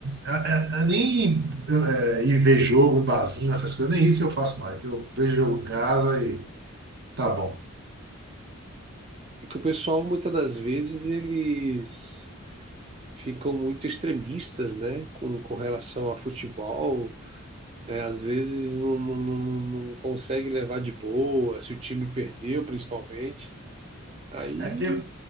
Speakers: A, on the right; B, on the right.
A: É, é, é, nem é, ir ver jogo em barzinho, essas coisas, nem isso eu faço mais. Eu vejo jogo em casa e tá bom.
B: É que o pessoal, muitas das vezes, eles. ficam muito extremistas, né, com, com relação a futebol. É, às vezes não, não, não- não consegue levar de boa, se o time perdeu, principalmente. Aí,
A: É, eu,